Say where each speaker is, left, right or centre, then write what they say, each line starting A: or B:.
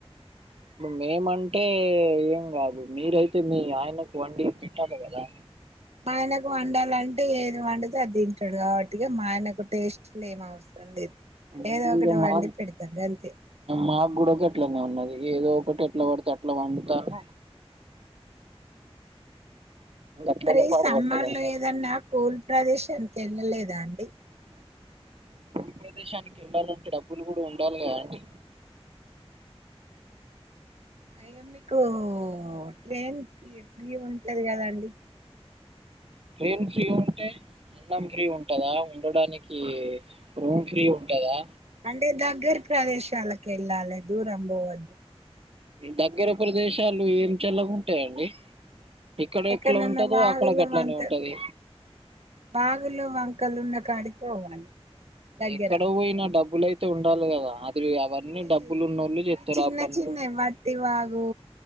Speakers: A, on the right; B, on the right.
A: ఇప్పుడు మేమంటే ఏం కాదు, మీరైతే మీ ఆయనకు వండి పెట్టాలి కదా.
B: ఆయనకు వండాలంటే ఏది వండుతే అ దిం టడు కావట్టిగా మా ఆయనకు టేస్ట్లు ఏం అవసరం లేద్,
A: నేను
B: ఏదో ఒకటి
A: ఇగ
B: వండి
A: మా
B: పెడతాన్ గంతే.
A: మాకు కూడా గట్లనే ఉన్నది <unintelligible> ఎట్లా వడీతే అట్లా వండుతర్రు గట్లనే
B: మరి
A: పాడుపడ్డది
B: సమ్మర్లో
A: అందరు
B: ఏదన్నా కూల్ ప్రదేశానికి ఏళ్ళలేదా అండి.
A: ఉన్నదేశనికి వెళ్ళాలంటే డబ్బులు కూడా ఉండాలీ గాదండి.
B: ఆ అయ్యా మీకు ట్రైన్కి ఫ్రీ ఉంటది. కదా అండి
A: ట్రైన్ ఫ్రీ ఉంటే అన్నం ఫ్రీ ఉంటందా ఉండడానికి రూమ్ ఫ్రీ ఉంటందా
B: అంటే దగ్గరీ ప్రదేశాలకి ఏళ్లలే దూరం పోవద్దు.
A: దగ్గర ప్రదేశాలు ఏమి చల్లాగ ఉంటాయండి. ఎక్కడ
B: ఎక్కడన్నా
A: ఎక్కడ ఉంటదో
B: వాగులు
A: అక్కడ గట్లనే
B: వంత
A: ఉంటది.
B: వాగులు వంకలు ఉన్న కాడికి పోవాలి. దగ్గర
A: ఎక్కడ పోయినా డబ్బులయితే ఉండాలి. గాదా ఇప్పుడు అవన్నీ డబ్బులు
B: ఈ
A: ఉన్నోళ్ళు చెత్తరు.
B: ఈ చిన్న
A: ఆ పనులు
B: చిన్నవి వట్టి వాగు